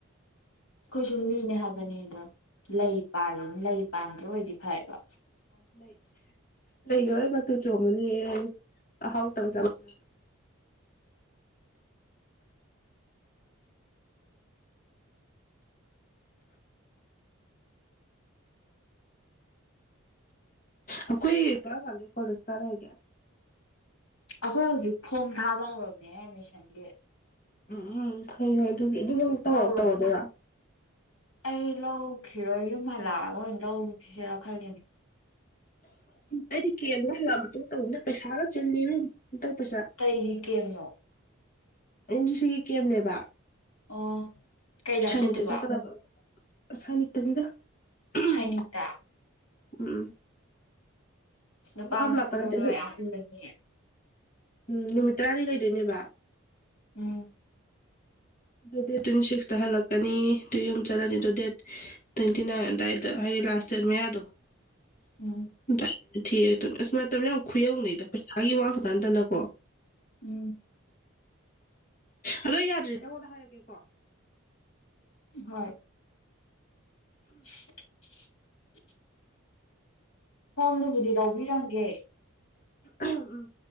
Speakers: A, on the left; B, on the left.
A: ꯑꯩꯈꯣꯏꯁꯨ ꯃꯤꯅꯦ ꯍꯥꯏꯕꯅꯤ ꯑꯗ ꯂꯩ ꯄꯥꯜꯂꯤꯅ ꯂꯩ ꯄꯥꯟꯗ꯭ꯔꯥ ꯑꯣꯏꯗꯤ ꯐꯔꯕ
B: ꯂꯩ ꯂꯩꯒ ꯇꯨ ꯆꯨꯝꯂꯤ ꯍꯥꯎ ꯇꯧꯕ ꯆꯥꯃꯜ ꯑꯩꯈꯣꯏ ꯀꯔꯝ ꯀꯥꯟꯗ ꯀꯣꯂꯦꯖ ꯀꯥꯔ ꯍꯥꯏꯒꯦ
A: ꯑꯩꯈꯣꯏ ꯍꯧꯖꯤꯛ ꯐꯣꯝ ꯊꯥꯕ ꯍꯧꯔꯕꯝꯅꯦ ꯑꯦꯃꯤꯁꯤꯒꯤ
B: ꯎꯝ ꯎꯝ ꯈꯣꯏ ꯍꯣꯏ ꯑꯗꯨꯒꯤ ꯑꯗꯨ ꯇꯧꯔꯣ
A: ꯂꯧꯔꯕꯅ
B: ꯇꯧꯔꯗꯣꯏꯔꯣ
A: ꯑꯩ ꯂꯧꯈꯤꯔꯣꯏ ꯌꯨꯝ ꯍꯜꯂꯛꯑꯒ ꯂꯧ ꯂꯧꯁꯤꯔ ꯈꯜꯂꯤꯅꯦ
B: ꯑꯩꯗꯤ ꯀꯦꯝ ꯍꯜꯂꯛ ꯄꯩꯁꯥꯅ ꯆꯤꯜꯂꯤ ꯍꯟꯗꯛ ꯄꯩꯁꯥ
A: ꯀꯩꯒꯤ ꯀꯦꯝꯅꯣ
B: ꯑꯟꯁꯤꯁꯤꯒꯤ ꯀꯦꯝꯅꯦꯕ
A: ꯑꯣ ꯀꯩ ꯂꯝ
B: ꯁꯥꯏꯅꯤꯛꯇ
A: ꯆꯠꯇꯕ
B: ꯆꯠꯀꯗꯕ ꯁꯥꯏꯅꯤꯛꯇꯅꯤꯗ ꯎꯝ
A: ꯁꯥꯏꯅꯤꯇꯥ
B: ꯎꯝ
A: <unintelligible>
B: ꯄꯪꯂꯥꯞ ꯂꯥꯞꯄ ꯅꯠꯇꯦ ꯑꯗꯨ ꯎꯝ ꯅꯨꯃꯤꯠ ꯇꯔꯥꯗꯤ ꯂꯩꯗꯣꯏꯅꯦꯕ
A: ꯎꯝ
B: ꯑꯗꯨ ꯗꯦꯠ ꯇ꯭ꯋꯦꯟꯇꯤ ꯁꯤꯛꯁꯇ ꯍꯜꯂꯛꯀꯅꯤ ꯑꯗꯨꯏ ꯑꯍꯨꯝ ꯆꯠꯂꯅꯤ ꯑꯗꯣ ꯗꯦꯠ ꯇ꯭ꯋꯦꯟꯇꯤ ꯅꯥꯏꯟ ꯑꯗꯨꯋꯥꯏꯗ ꯍꯥꯏꯗꯤ ꯂꯥꯁ ꯗꯦꯠ ꯃꯌꯥꯗꯣ <unintelligible>
A: ꯎꯝ
B: <unintelligible> ꯑꯃ ꯃꯇꯝ ꯌꯥꯝ ꯈꯨꯌꯧꯅꯩꯗꯩ ꯍꯥꯏꯒꯤ ꯋꯥꯥꯈꯛ ꯅꯥꯠꯇꯅꯀꯣ
A: ꯎꯝ
B: ꯑꯗꯣ ꯌꯥꯗ꯭ꯔꯦ ꯅꯪꯉꯣꯟꯗ ꯍꯥꯏꯔꯛꯀꯦꯀꯣ
A: ꯍꯣꯏ <unintelligible> <unintelligible> ꯐꯣꯝꯗꯨꯕꯨꯗꯤ ꯂꯧꯕꯤꯔꯝꯒꯦ
B: ꯎꯝ